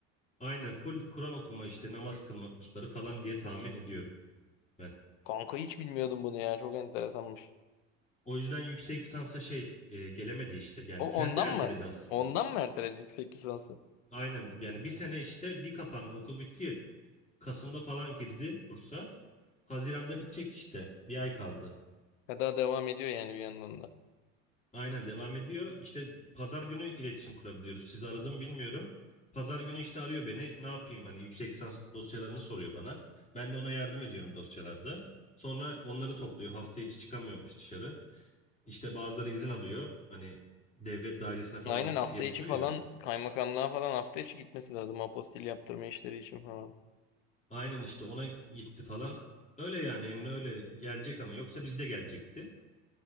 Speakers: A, on the left; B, on the left.
A: Aynen full Kur'an okuma işte namaz kılma kursları falan diye tahmin ediyorum ben.
B: Kanka hiç bilmiyordum bunu ya. Çok enteresanmış.
A: O yüzden yüksek lisansa şey e, gelemedi işte. Yani
B: O
A: kendi
B: ondan
A: erteledi
B: mı?
A: aslında.
B: Ondan mı erteledi yüksek lisansı?
A: Aynen yani bir sene işte bir kapandı okul bitti ya Kasım'da falan girdi kursa. Haziran'da bitecek işte. Bir ay kaldı.
B: Ya daha devam ediyor yani bir yandan da.
A: Aynen devam ediyor. İşte pazar günü iletişim kurabiliyoruz. Sizi aradım bilmiyorum. Pazar günü işte arıyor beni. Ne yapayım? Hani yüksek lisans dosyalarını soruyor bana. Ben de ona yardım ediyorum dosyalarda. Sonra onları topluyor. Hafta içi çıkamıyormuş dışarı. İşte bazıları izin alıyor. Hani devlet dairesine falan
B: Aynen
A: gitmesi
B: hafta
A: gerekiyor
B: içi falan
A: ya.
B: kaymakamlığa falan hafta içi gitmesi lazım apostil yaptırma işleri için falan.
A: Aynen işte ona gitti falan. Öyle yani Emre öyle gelecek ama yoksa bizde gelecekti.